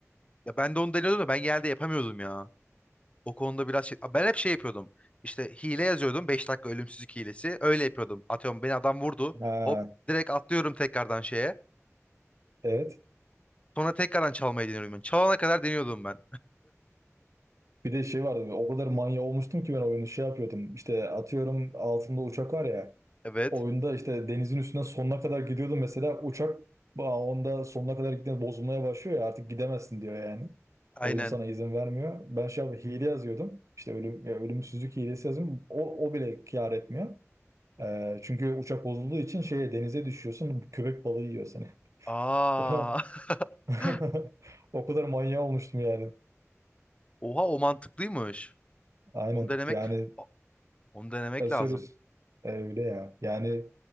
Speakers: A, on the left (about 25°); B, on the right (about 75°).
A: Ya ben de onu deniyordum da ben geldi yapamıyordum ya. O konuda biraz şey... Ben hep şey yapıyordum. İşte hile yazıyordum. beş dakika ölümsüzlük hilesi. Öyle yapıyordum. Atıyorum beni adam vurdu.
B: Ha,
A: Hop direkt atlıyorum tekrardan şeye.
B: evet.
A: Sonra tekrardan çalmayı deniyorum ben. Çalana kadar deniyordum ben.
B: Bir de şey vardı. O kadar manya olmuştum ki ben oyunu şey yapıyordum. İşte atıyorum altında uçak var ya.
A: Evet.
B: Oyunda işte denizin üstüne sonuna kadar gidiyordun mesela uçak ba- onda sonuna kadar gittiğinde bozulmaya başlıyor ya artık gidemezsin diyor yani.
A: Aynen.
B: Oyun sana izin vermiyor. Ben şey yap- hile yazıyordum. İşte ölüm ya ölümsüzlük hilesi yazıyorum. O, o bile kâr etmiyor. Ee, çünkü uçak bozulduğu için şeye denize düşüyorsun. Köpek balığı yiyor seni. <laughs>
A: Aa.
B: O,
A: <laughs>
B: <laughs> o kadar manyağı olmuştum yani.
A: Oha o mantıklıymış.
B: Aynen
A: Onu denemek
B: yani
A: A- onu denemek
B: Asurus.
A: lazım.
B: E, Öyle ya. Yani